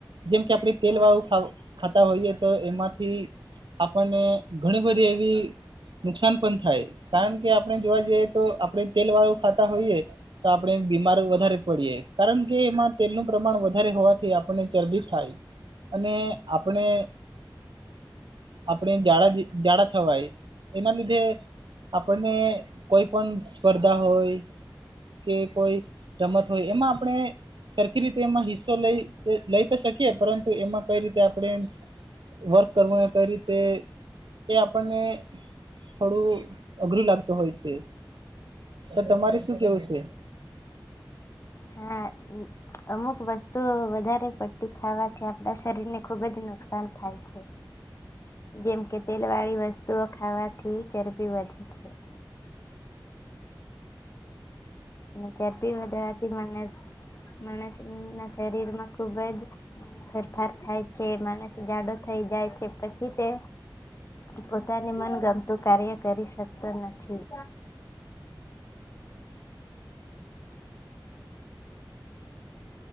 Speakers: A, on the right; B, on the left.
A: જેમ કે આપણે તેલ વાળું ખાવું ખાતા હોઈએ તો એમાંથી આપણને ઘણી બધી એવી નુકસાન પણ થાય કારણ કે આપણે જોવા જઈએ તો આપણે તેલ વાળું ખાતા હોઈએ. તો આપણે બીમાર વધારે પડીએ કારણ કે એમાં તેલનું પ્રમાણ વધારે હોવાથી આપણને ચરબી થાય અને આપણે આપણે જાડા જાડા થવાય. એના લીધે આપણને કોઈ પણ સ્પર્ધા હોય કે કોઈ રમત હોય એમાં આપણે સરખી રીતે એમાં હિસ્સો લઈ લઈ તો શકીએ પરંતુ એમાં કઈ રીતે આપણે વર્ક કરવું એ કઈ રીતે એ આપણને થોડું અઘરું લાગતું હોય છે તો તમારે શું કેવું છે.
B: હા. અમુક વસ્તુ વધારે પડતી ખાવાથી આપણા શરીર ને ખુબ જ નુકસાન થાય છે. જેમ કે તેલ વાળી વસ્તુઓ ખાવાથી ચરબી વધી છે. ચરબી વધારથી માનસ માણસના શરીર માં ખુબ જ ફેરફાર થાય છે માણસ જાડો થઈ જાય છે પછી તે પોતાને મનગમતું કાર્ય કરી શકતો નથી